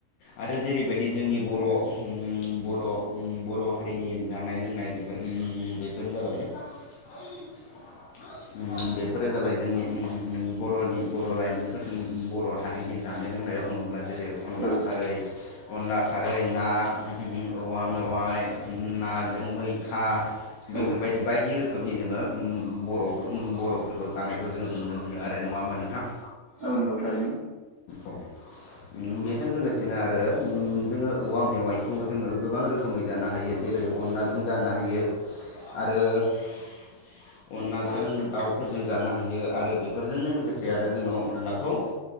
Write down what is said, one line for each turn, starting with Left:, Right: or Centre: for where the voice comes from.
Left: आरो जेरैबायदि जोंनि बर' उम ब बर' हारिनि जानाय लोंनाय बेफोर बेफोर जाबाय <unintelligible> बेफोरो जाबाय जोंनि बर'नि, बर' लाइमोनफोरनि बर' हारि बेनि जानाय लोंनाय बुङोब्ला जेरै अनला
Right: औ
Left: खारै, अनला खारै ना औवा मेवाइ, नाजों मैथा बेफोरबायदि
Right: औ
Left: बायदि रोखोमनि जोङो बर'फोर-बर'फोरखौ जानायखौ जोङो नुनो मोनो आरो नङा होमबा नों <unintelligible>
Right: औ नोंगौ थारैनो।
Left: औ उम बेजों लोगोसेनो आरो उम जोङो औवा मेवाइखौ जोङो गोबां रोखोमै जानो हायो जेरै अनलाजों जानो हायो आरो <inaudible> अनलाजों दाउफोरजों जानो हायो आरो बेफोरजोंनो लोगोसे आरो जोङो अनलाखौ